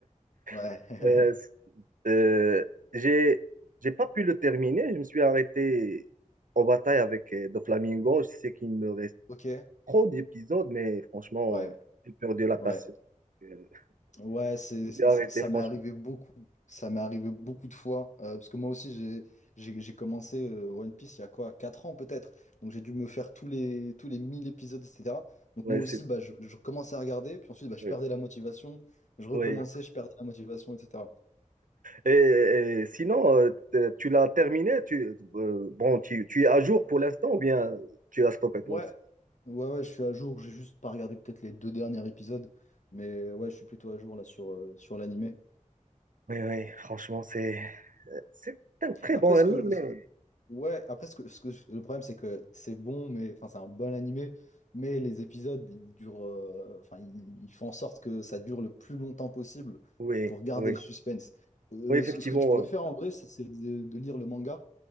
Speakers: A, on the left; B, on the right.
A: Ouais.
B: <laughs>
A: <laughs>
B: euh, euh, j'ai, j'ai pas pu le terminer. Je me suis arrêté en bataille avec euh, Doflamingo. Je sais qu'il me reste
A: Ok.
B: trop d'épisodes, mais franchement,
A: Ouais.
B: euh, j'ai perdu la passion.
A: Ouais.
B: <laughs> Euh,
A: Ouais, c'est, c'est-
B: J'ai arrêté,
A: ça
B: franchement.
A: m'est arrivé beaucoup. Ça m'est arrivé beaucoup de fois. euh, parce que moi aussi, j'ai, j'ai, j'ai commencé euh, One Piece il y a quoi, 4 ans peut-être. Donc j'ai dû me faire tous les, tous les 1000 épisodes, etc. Donc
B: Ouais,
A: moi aussi,
B: c'est,
A: bah, je, je commençais à regarder. Puis ensuite, bah, je
B: ouais,
A: perdais la motivation. Je recommençais,
B: ouais.
A: je perdais la motivation, etc.
B: Et, et sinon, euh, t- tu l'as terminé? Tu, euh, bon, tu, tu es à jour pour l'instant ou bien tu as stoppé toi?
A: Ouais, ouais, ouais, je suis à jour. J'ai juste pas regardé peut-être les deux derniers épisodes. Mais ouais, je suis plutôt à jour là sur, euh, sur l'animé.
B: Oui, oui, franchement, c'est euh, c'est un très
A: Après,
B: bon ami,
A: ce que,
B: mais
A: Ouais, après, ce que, ce que je- le problème, c'est que c'est bon, mais enfin, c'est un bon animé, mais les épisodes, ils durent, euh, enfin, ils, ils font en sorte que ça dure le plus longtemps possible
B: oui,
A: pour garder
B: oui,
A: le suspense. Euh,
B: oui, effectivement,
A: ce, ce que tu pourrais
B: euh,
A: faire en vrai, c'est c'est de, de lire le manga,